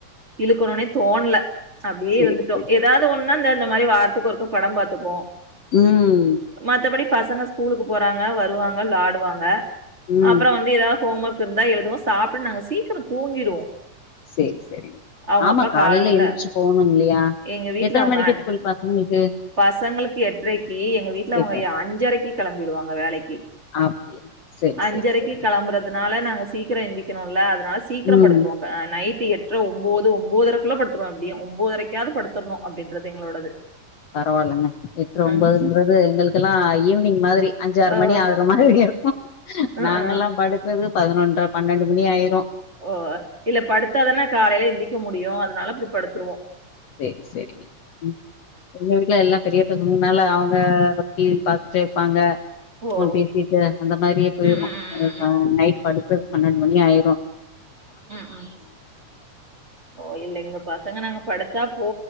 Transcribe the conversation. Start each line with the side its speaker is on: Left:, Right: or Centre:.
Right: இழுக்கணும்னே தோணல அப்படியே
Left: சேரி
Right: இருந்துட்டோம்
Left: சேரி சேரி
Right: ஏதாவது
Left: சேரி
Right: ஒன்னா இந்த இந்த மாதிரி வர துக்கு ஒருக்கா படம் பார்த்தப்போ
Left: உம்
Right: மத்தபடி பசங்க ஸ்கூலுக்கு போறாங்க வருவாங்க விளாடுவாங்க
Left: ம்
Right: அப்புறம் வந்து எதாவது ஹோம் ஒர்க் இருந்தா எழுதுவோ சாப்ட்டு நாங்க சீக்கிரம் தூங்கிடுவோ
Left: சரி சரி
Right: அவங்க
Left: ஆமா
Right: அப்பா
Left: காலையில
Right: காலைல
Left: எந்திரிச்சு போணும் இல்லையா
Right: எங்க வீட்ல
Left: எத்தனை
Right: அவங்க
Left: மணிக்கு
Right: அஞ்-
Left: ஸ்கூல் பசங்களுக்கு
Right: பசங்களுக்கு எட்ரைக்கு எங்க வீட்டுல
Left: கேட்டே
Right: அவங்க அஞ்சரைக்கு கெளம்பிடுவாங்க வேலைக்கு
Left: அப்டியா செரி
Right: அஞ்சரைக்கு
Left: செரி செரி
Right: கிளம்புறதுனால நா சீக்ரோ எந்திக்கணுல்ல அதனால சீக்ரோ
Left: ம்
Right: படுத்துறுவோ ஆ நைட் எட்டு எட்ற ஒம்போது ஒம்பதுரைக்குள்ள படுத்துருவ அப்படியு ஒம்பதரைக்காவது படுத்தரணு அப்படின்றது எங்களோடது
Left: பரவால்லங்க எட்ற ஒம்பதுன்றது
Right: ம்.
Left: எங்களுக் ல்லாம் ஈவினிங் மாதிரி அஞ்சு ஆறு
Right: ஓ.
Left: மணி ஆகுற மாரி இருக்கு
Right: ம்ஹ்ம்.
Left: நாங்கல்லா படுக்கறது பதினொன் ற பன்னெண்டு மணி ஆயிரும்.
Right: ஓ இல்ல படுத்தாதான காலையில எந்திக்க முடியு அதனால அப்படி படுத்துருவோ
Left: செரி செரிங்க ம் எங்க வீட்ல எல்லா பெரிய பசங்க னால அவங்க பத்தி சேப்பாங்க
Right: ஓ.
Left: போன் பேசிட்டு அந்த மாரியே போயிரு
Right: ம், ம், ம், ம், ம்.
Left: நைட் படுத்து பன்னன் மணி ஆயிரு
Right: ம் ம் ஓ இல்லங்க பசங்க நாங்க படுத்தா போ